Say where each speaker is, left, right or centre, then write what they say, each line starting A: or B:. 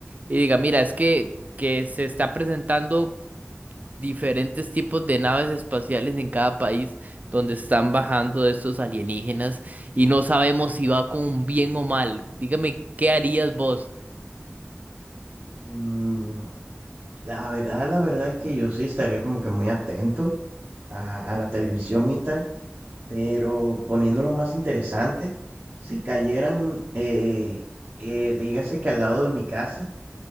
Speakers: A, on the right; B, on the right.
A: y diga, mira, es que, que se está presentando diferentes tipos de naves espaciales en cada país donde están bajando estos alienígenas y no sabemos si va con bien o mal. Dígame, ¿qué harías vos?
B: Mm, la verdad, la verdad es que yo sí estaría como que muy atento a, a la televisión y tal, pero poniéndolo más interesante, si cayeran, eh, eh, dígase que al lado de mi casa,